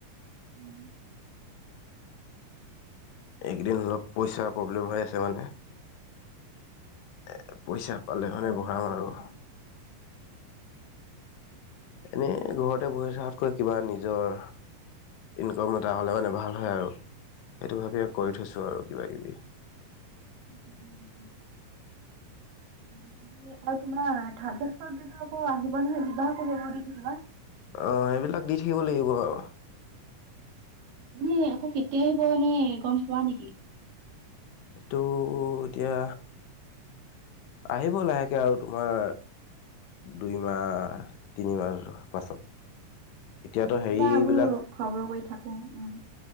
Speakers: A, on the right; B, on the left.
A: উম।
B: এইকেইদিন অলপ পইচাৰ প্ৰব্লেম হৈ আছে মানে। এ পইচা পালে মানে ভৰাম
A: মানুহৰ
B: আৰু। এনে ঘৰতে বহি থকাতকৈ কিবা নিজৰ ইনকাম এটা হ'লে মানে, ভাল হয় আৰু। সেইটো ভাবিয়েই কৰি থৈছোঁ আৰু কিবা কিবি।
A: উম। আৰু তোমাৰ থা <unintelligible> গিতা আকৌ আহিব নহয়, দিবা আকৌ, সেইবোৰ দি থাকিবা।
B: অহ, সেইবিলাক দি থাকিব লাগিব আৰু।
A: এনেই আকৌ কেতিয়া আহিব, এনেই গম পোৱা নেকি?
B: এইটো এতিয়া আহিব লাহেকে আৰু তোমাৰ দুইমাহ তিনিমাহৰ পাছত। এতিয়াতো
A: ময়ো
B: হেৰিবিলাক
A: বাৰু এইবোৰ খবৰ কৰি থাকো, উম।